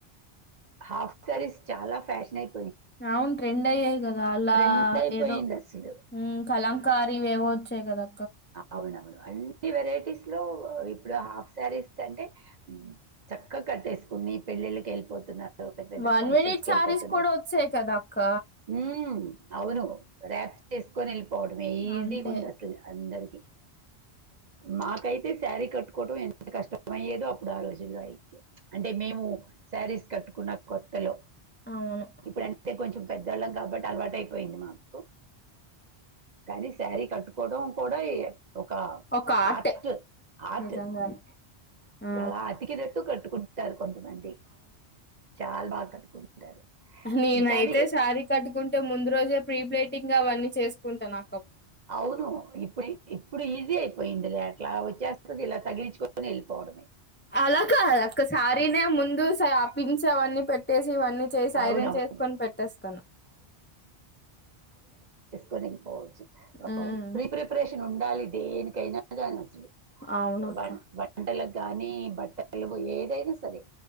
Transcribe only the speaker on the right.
హాఫ్ సారీస్ చాలా ఫాషన్ అయి
ట్రెండ్ అయిపోయింది
అసలు
అవునవును అన్ని వెరైటీస్ లో ఇప్పుడు హాఫ్ సారీస్ కి అంటే చక్కగా కట్టేసుకున్ నీ పెళ్లిళ్లకి వెళ్లిపో పెద్ద పెద్ద
ఫంక్షన్స్
వెళ్ళిపోతున్నారు
ఉమ్మ్ అవును ర్యాప్ చేసుకొని వెళ్ళిపోవడమే ఈజీగా
ఉంది అసలు అందరికి. మాకైతే సారీ కట్టుకోవటం ఎంత కష్టమయ్యేదో అప్పుడు ఆ రోజుల్లో అయితే అంటే మేము సారీస్ కట్టుకున్న కొత్తలో
ఇప్పుడు అంటే కొంచెం పెద్దోళ్ళం కాబట్టి అలవాట అయిపోయింది. మాకు కానీ సారీ కట్టుకోవడం కూడా ఏ ఒక
ఆర్ట్ ఆర్ట్
అలా అతికి నెట్టు కట్టు కొంతమంది చాలా బాగా కట్టుకుంటారు
కానీ
అవును ఇప్పుడు ఇప్పుడు ఈజీ అయిపోయింది లే అట్లా వచ్చేస్తది ఇలా తగిలిచుక వెళ్లిపోవడమే
అవును
అవును
కొనిగిపోవచ్చు
ప్రీ ప్రిపరేషన్ ఉండాలి దేనికైనా గానీ అసలు
వన్ వంటలకు గాని బట్టలుగు ఏదైనా సరే